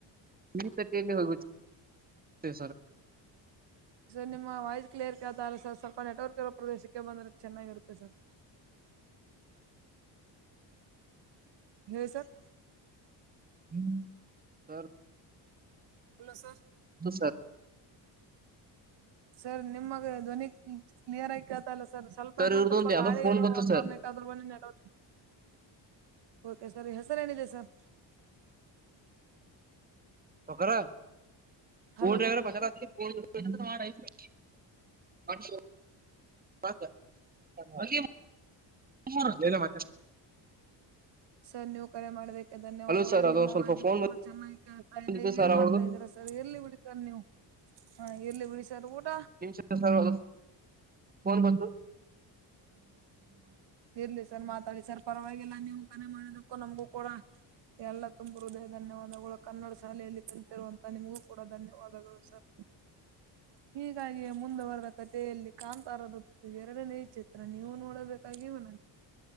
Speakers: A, on the right; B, on the right.
A: ಈತ ಕ್ಕೆ ಹೋಗತೀವಿ ಸರ್
B: ಸರ್ ನಿಮ್ಮ ವಾಯ್ಸ್ ಕ್ಲಿಯರ್ ಕೇಳ್ತಿಲ್ಲ ಸರ್ ಸ್ವಲ್ಪ ನೆಟ್ವರ್ಕ್ ಇರೋ ಪ್ರದೇಶಕ್ಕೆ ಬಂದ್ರೆ ಚೆನ್ನಾಗಿರುತ್ತೆ ಸರ್ ಹೇಳಿ ಸರ್
A: ಹ್ಮ್ ಸರ್
B: ಹಲೋ ಸರ್
A: ಹೌದು ಸರ್
B: ಸರ್ ನಿಮ್ಮ ಧ್ವನಿ ಕ್ಲಿಯರ್ ಆಗಿ ಕೇಳ್ತಿಲ್ಲ ಸರ್ ಸ್ವಲ್ಪ ಇನ್ನೊಂದ್
A: ಇವ್ರದೊಂದು
B: ಸ್ವಲ್ಪ
A: ಯಾವ್ದೋ
B: ಗಾಳಿ
A: ಫೋನ್
B: ಇರೋ
A: ಗೊತ್ತು
B: ವಾತಾವರಣಕ್ಕೆ
A: ಸರ್
B: ಕದ್ರ ಮಣಿ ನೆಟ್ವರ್ಕ್ ಓಕೆ ಸರ್ ಹೆಸರು ಏನಿದೆ ಸರ್
A: ತಕೊರೆ <unintelligible>
B: ಹಲೋ ಸರ್
A: <unintelligible> ನಿಮ್ಮೂರು ನೀನೇ ಮಾತಾಡ್ಸು
B: ಸರ್ ನೀವು ಕರೆ ಮಾಡದಕ್ಕೆ ಧನ್ಯವಾದಗಳು
A: ಹಲೋ ಸರ್ ಅದೊಂದ್
B: ನಿಮ್ಮ
A: ಸ್ವಲ್ಪ
B: ವಾಯಸು
A: ಫೋನ್
B: ಪೂರಾ ಚೆನ್ನಾಗಿ ಕೇಳ್
A: ಬಂದಿತ್ತು
B: ಅದೆ
A: ಸರ್
B: ಏನ್
A: ಅವ್ರದ್ದು
B: ಮಾಡ್ತಾ ಇದ್ದೀರಾ ಸರ್ ಇರ್ಲಿ ಬಿಡಿ ಸರ್ ನೀವು ಹ ಇರ್ಲಿ ಬಿಡಿ ಸರ್ ಊಟ
A: <unintelligible> ಫೋನ್ ಬಂತು
B: ಇರ್ಲಿ ಸರ್ ಮಾತಾಡಿ ಸರ್ ಪರವಾಗಿಲ್ಲ ನೀವು ಕರೆ ಮಾಡದಕ್ಕೂ ನಮ್ಗೂ ಕೂಡ ಎಲ್ಲಾ ತುಂಬ ಹೃದಯ ಧನ್ಯವಾದಗಳು ಕನ್ನಡ ಶಾಲೆಯಲ್ಲಿ ಕಲ್ತಿರುವಂತ ನಿಮಗೂ ಕೂಡ ಧನ್ಯವಾದಗಳು ಸರ್ ಹೀಗಾಗಿಯೇ ಮುಂದುವರೆದ ಕಥೆಯಲ್ಲಿ ಕಾಂತಾರದ ಎರಡನೇ ಚಿತ್ರ ನೀವು ನೋಡಬೇಕು <unintelligible> ನೀವು